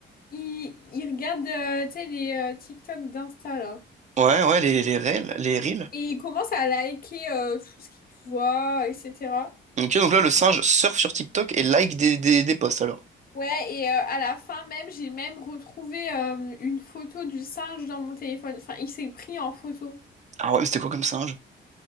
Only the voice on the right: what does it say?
Ouais, ouais, les, les reels, les reels.
Ok, donc là, le singe surfe sur TikTok et like des, des, des posts, alors.
Ah ouais, mais c'était quoi comme singe?